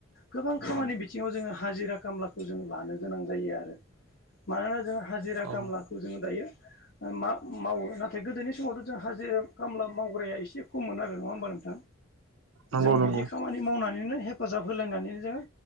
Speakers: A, on the left; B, on the right.
A: गोबां खामानि बिथिंङाव जोंङो हाजिरा खामलाखौ जों लानो गोनां जायो आरो। मानोना जोंङो हाजिरा
B: औ
A: खामलाखौ जोंङो दायो ओ मा मावो नाथाय गोदोनि समावथ' जों हाजिरा खामला मावग्राया एसे खममोन आरो नंङा होमबा नोंथां
B: नंगौ
A: जों
B: नंगौ
A: बिदि खामानि मावनानैनो हेफाजाब होलायनानैनो जोंङो